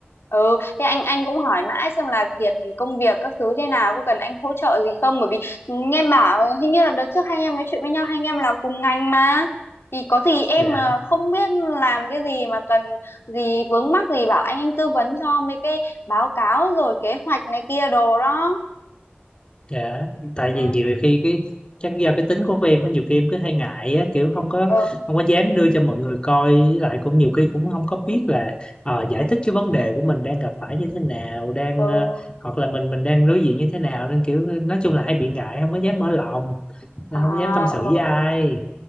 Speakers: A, on the left; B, on the left.
A: ừ thế anh anh cũng hỏi mãi xem là Kiệt công việc các thứ thế nào có cần anh hỗ trợ gì không bởi vì nghe em bảo hình như là đợt trước hai anh em nói chuyện với nhau hai anh em làm cùng ngành mà thì có gì em
B: dạ
A: mà không biết làm cái gì mà cần gì vướng mắc gì bảo anh anh tư vấn cho mấy cái báo cáo rồi kế hoạch này kia đồ đó
B: Dạ, tại
A: ừ
B: vì nhiều khi cái chắc do cái tính của em á, nhiều khi em cứ hay ngại á, kiểu không có
A: ừ
B: không có dám đưa cho mọi người coi với lại cũng nhiều khi cũng không có biết là ờ, giải
A: ừ
B: thích cái vấn đề của mình đang gặp phải như thế nào, đang
A: ừ
B: ờ, hoặc là mình mình đang đối diện như thế nào nên kiểu nói chung là hay bị ngại, không có dám mở lòng,
A: à
B: không dám tâm sự
A: ừ
B: với ai.